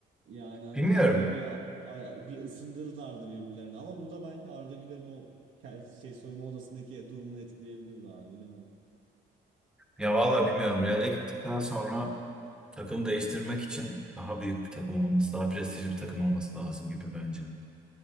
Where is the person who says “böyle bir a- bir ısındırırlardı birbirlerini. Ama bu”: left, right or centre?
Right